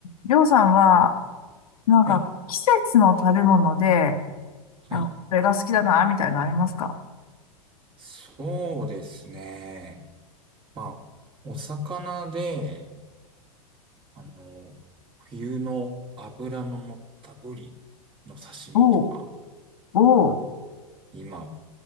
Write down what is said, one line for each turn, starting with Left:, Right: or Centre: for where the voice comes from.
Left: りょうさんは、なんか、
Right: はい。
Left: 季節の食べ物で、
Right: はい。
Left: あ、これが好きだな、みたいなのありますか
Right: そうですね。まあ、お魚で、あの、冬の脂の乗ったブリの刺身とか、
Left: おう、おう、
Right: 今、